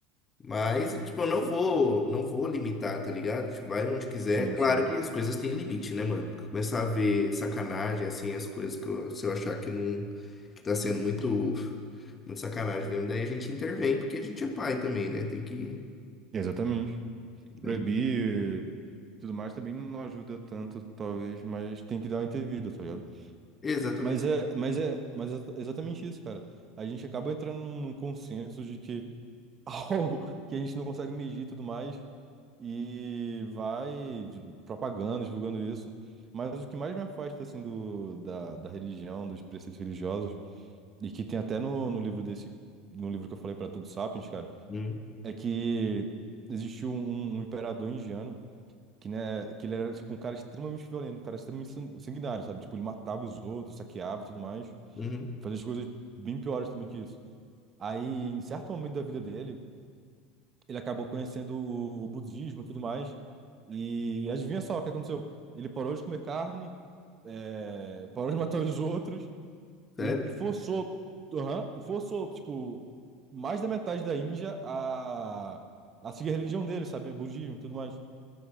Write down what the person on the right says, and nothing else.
Sim,
sim.
Exatamente. Proibir
e tudo mais também não ajuda tanto, talvez, mas tem que dar uma intervida, tá ligado?
Mas é, mas é, mas é exatamente isso, cara. A gente acaba entrando num num consenso de que <laughs> algo que a gente não consegue medir e tudo mais, e vai de- propagando, divulgando isso. Mas o que mais me afasta, assim, do, da, da religião, dos preceitos religiosos, e que tem até no, no livro desse, no livro que eu falei pra Tudo Sapiens, cara
é que existiu um, um um imperador indiano que, né, que ele era, tipo, um cara extremamente violento, um cara extremamente san- sanguinário, sabe? Tipo, ele matava os outros, saqueava e tudo mais,
e fazia as coisas bem piores também que isso. Aí, em certo momento da vida dele, ele acabou conhecendo o, o budismo e tudo mais, e adivinha só o que aconteceu? Ele parou de comer carne, eh, parou de matar os outros,
e, e forçou, aham, e forçou, tipo, mais da metade da Índia a, a seguir a religião dele, sabe? O budismo e tudo mais.